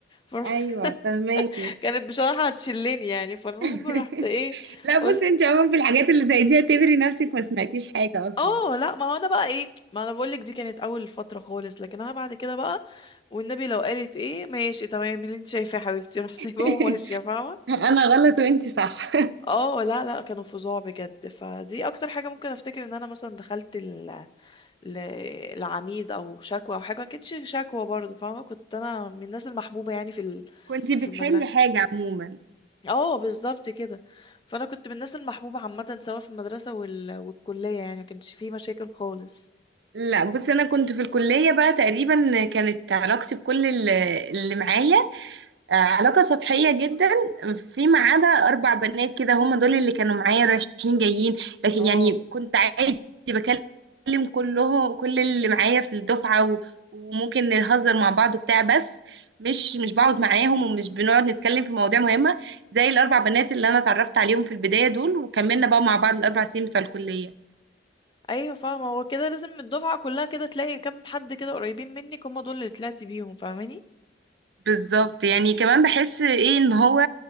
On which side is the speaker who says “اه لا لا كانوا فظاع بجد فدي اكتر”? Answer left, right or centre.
Left